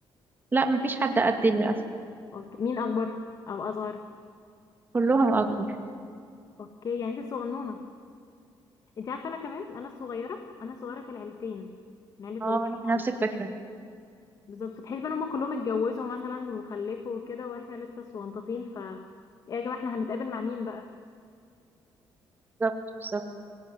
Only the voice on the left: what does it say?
اوكي مين اكبر او اصغر
اوكي يعني انت الصغنونه انت عارفه انا كمان انا الصغيره انا الصغيره في العيلتين من عيله بابايا
ومامتي
بالظبط تحس بقى ان هما كلهم اتجوزوا مثلا وخلفوا وكده واحنا لسه صغنطاطين ف إيه يا جماعه احنا هنتقابل مع مين بقى